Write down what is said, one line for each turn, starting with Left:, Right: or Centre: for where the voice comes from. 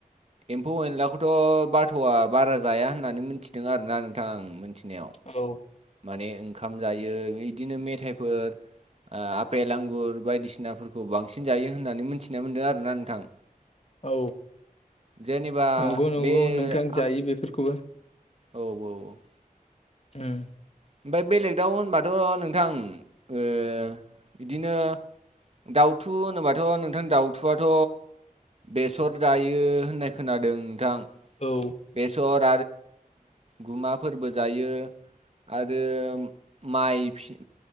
Right: एम्फौ एनलाखौथ' बाथ'आ बारा जाया होननानै मिथिदों आरोना नोंथां आं मिथिनायाव
Left: औ
Right: माने ओंखाम जायो इदिनो मेथाइफोर आपेल आंगुर बायदिसिनाफोरखौ बांसिन जायो होननानै मिथिना मोन्दों आरोना नोंथां
Left: औ
Right: जेनेबा
Left: नंगौ नंगौ
Right: बे
Left: नोंथां
Right: आ
Left: जायो बेफोरखौबो
Right: औ औ
Left: <inaudible>
Right: ओमफ्राय बेलेग दाव होनबाथ' नोंथां बिदिनो दाउथु होनोबाथ' नोंथां दाउथुआथ' बेसर जायो होननाय खोनादों नोंथां
Left: औ
Right: बेसर गुमाफोरबो जायो। आरो माइ